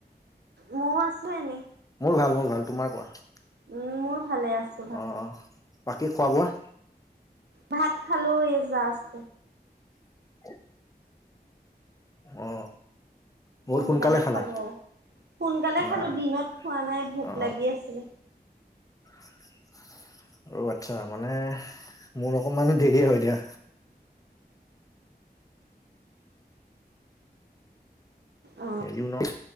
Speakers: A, on the right; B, on the left.
A: ময়ও আছো এনেই।
B: মোৰ ভাল মোৰ ভাল তোমাৰ কোৱা -
A: উম মোৰ ভালে আছে।
B: অ অ বাকী খোৱা বোৱা -
A: ভাত খালোঁ এই যাষ্ট।
B: <inaudible> অ বহুত
A: সোনকালে
B: খালা
A: খালো আৰু সোনকালে
B: নাই
A: খালো দিনত খোৱা নাই ভোক
B: অ
A: লাগি আছিলে।
B: <inaudible> অ আচ্ছা মানে মোৰ অকমান দেৰি হয় দিয়া।
A: অ'
B: হেৰিও নহ